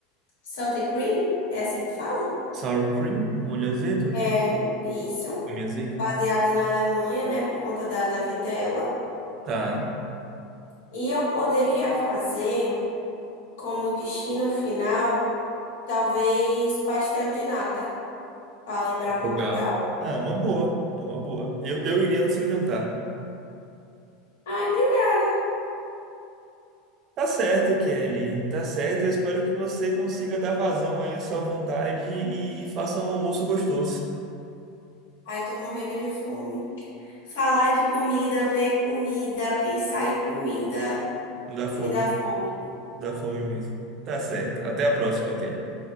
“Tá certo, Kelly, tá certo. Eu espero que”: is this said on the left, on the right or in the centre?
Right